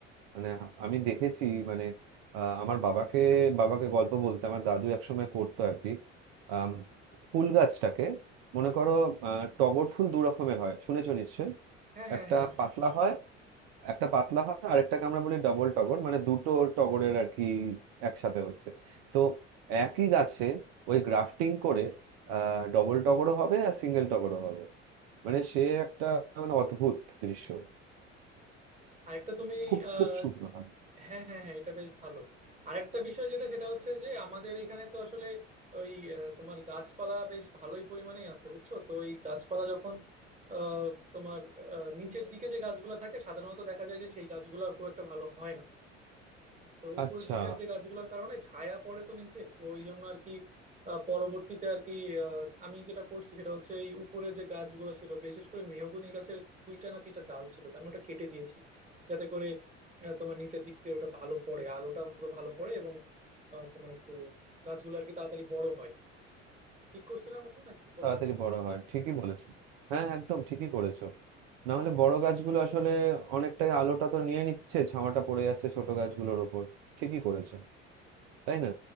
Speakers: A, on the right; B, on the right.
A: মানে আমি দেখেছি মানে আহ, আমার বাবাকে বাবাকে গল্প বলতে আমার দাদু একসময় করতো আর কি আম, ফুল গাছটাকে মনে করো আহ, টগর ফুল দু রকমের হয় শুনেছো নিশ্চয়ই
B: হ্যাঁ হ্যাঁ
A: একটা
B: হ্যাঁ হ্যাঁ
A: পাতলা হয় একটা পাতলা হয় আর একটাকে আমরা বলি ডবল টগর মানে দুটো টগরের আর কি একসাথে হচ্ছে তো একই গাছে ওই গ্রাফটিং করে আহ ডবল টগরও হবে আর সিঙ্গেল টগরও হবে মানে সে একটা মানে অদ্ভুত দৃশ্য
B: আরেকটা তুমি
A: খুব
B: আহ
A: খুব সুন্দর হয়
B: হ্যাঁ হ্যাঁ হ্যাঁ এটা বেশ ভালো আরেকটা বিষয় যেটা সেটা হচ্ছে যে আমাদের এখানে তো আসলে ওই আহ, তোমার গাছপালা বেশ ভালোই পরিমাণেই আছে বুঝছো তো ওই গাছপালা যখন আহ তোমার আহ, নিচের দিকে যে গাছগুলো থাকে সাধারণত দেখা যায় যে সেই গাছগুলো খুব একটা ভালো হয় না তো উপরের
A: আচ্ছা
B: দিককার যে গাছগুলোর কারণে ছায়া পড়ে তো নিচে তো ওই জন্য আর কি আহ, পরবর্তীতে আর কি আহ, আমি যেটা করছি সেটা হচ্ছে এই উপরে যে গাছগুলো ছিল বিশেষ করে মেহগনি গাছের দুইটা না তিনটা ডাল ছিল তো আমি ওটা কেটে দিয়েছি যাতে করে আহ, তোমার নিচের দিক দিয়ে ওটা ভালো পড়ে আলোটা অন্তত ভালো পড়ে এবং আহ, তোমার একটু গাছগুলো আর কি তাড়াতাড়ি বড় হয় ঠিক করছি না বন্ধু নাকি বলো
A: তাড়াতাড়ি
B: তো
A: বড় হয় ঠিকই বলেছো হ্যাঁ একদম ঠিকই করেছো না হলে বড় গাছগুলো আসলে অনেকটাই আলোটা তো নিয়ে নিচ্ছে ছাওয়াটা পড়ে যাচ্ছে ছোট গাছগুলোর ওপর ঠিকই করেছো তাই না